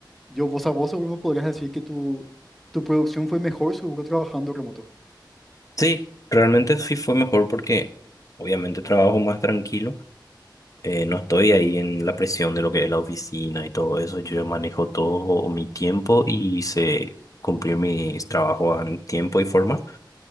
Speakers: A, in the centre; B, on the left (about 45°).
A: yo, vos a vos seguro me podrías decir que tu, tu producción fue mejor seguro trabajando remoto.
B: Sí, realmente sí fue mejor porque obviamente trabajo más tranquilo, eh, no estoy ahí en la presión de lo que es la oficina y todo eso, yo ya manejo todo mi tiempo y sé cumplir mis trabajos en tiempo y forma,